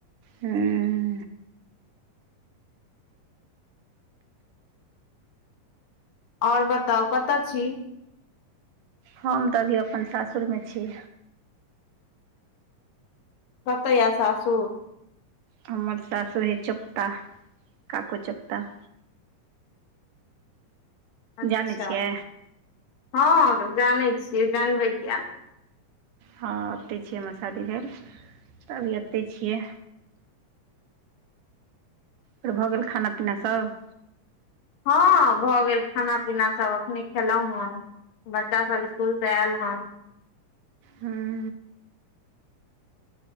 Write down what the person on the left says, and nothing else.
और बताउ कत छी?
कतय यै सासुर?
अच्छा
हँ जानै छियै जानबै किया नहि।
हँ भऽ गेल खाना पीना सब अखने खेलहुं हन। बच्चा सब स्कूल से ऐल हन।